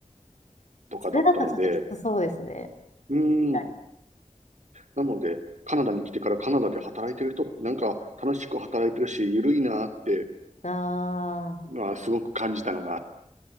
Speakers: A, on the right (about 70°); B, on the left (about 70°).
A: とかだったので、
B: それだとちょっときつそうですね。
A: うん。
B: 確かに
A: なので、カナダに来てからカナダで働いてる人ってなんか楽しく働いてるし、ゆるいなって、
B: ああ、
A: まあ、すごく感じたのが